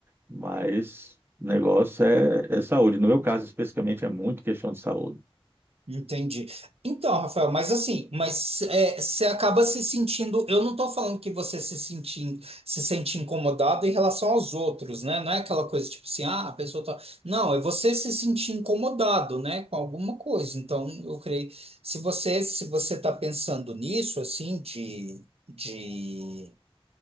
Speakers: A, on the right; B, on the right.
A: Mas o negócio é, é saúde. No meu caso, especificamente, é muito questão de saúde.
B: Entendi. Então, Rafael, mas assim, mas é, você acaba se sentindo. Eu não estou falando que você se sente, se sente incomodado em relação aos outros, né? Não é aquela coisa tipo assim, ah, a pessoa tá. Não, é você se sentir incomodado, né, com alguma coisa. Então, eu creio. Se você se você está pensando nisso, assim, de, de,